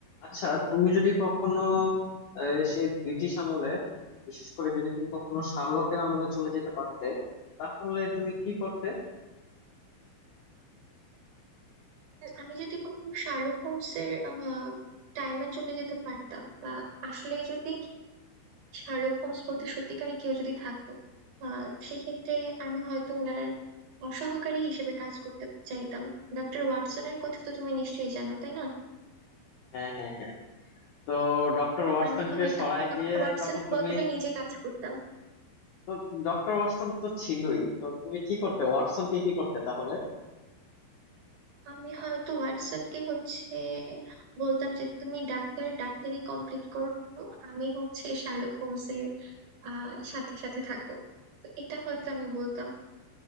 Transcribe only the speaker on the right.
আমি যদি কখনো শার্লক হোমসের টাইমে চলে যেতে পারতাম বা আসলে যদি শার্লক হোমস বলতে সত্যিকারে কেউ যদি থাকতো আহ সেক্ষেত্রে আমি হয়তো ওনার সহকারী হিসেবে কাজ করতে চাইতাম ডক্টর ওয়াটসনের কথা তো তুমি নিশ্চয়ই জানো তাই না
আমি হয়তো
ডক্টর
ওয়াটসনের
বদলে নিজে কাজ করতাম
আমি হয়তো ওয়াটসনকে হচ্ছে বলতাম যে তুমি ডাক্তার ডাক্তারি কমপ্লিট করো আমি হচ্ছে শার্লক হোমসের আহ সাথে সাথে থাকবো তো এটা হয়তো আমি বলতাম